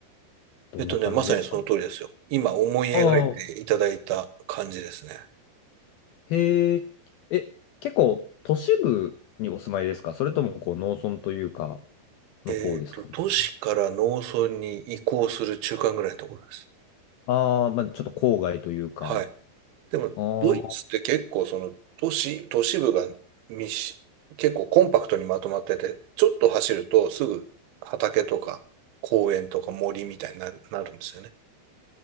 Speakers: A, on the left (about 85°); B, on the right (about 80°).
A: どんな感じですか
B: えっとね、まさにその通りですよ。今思い描いていただいた感じですね。
A: ああへえ、え、結構都市部にお住まいですかそれともこう農村というか、の方ですかね。
B: えっと、都市から農村に移行する中間ぐらいのところです。
A: ああ、まあちょっと郊外というか。
B: はい。でも、
A: ああ、
B: ドイツって結構その都市、都市部が密し、結構コンパクトにまとまってて、ちょっと走るとすぐ畑とか公園とか森みたいになる、なるんですよね。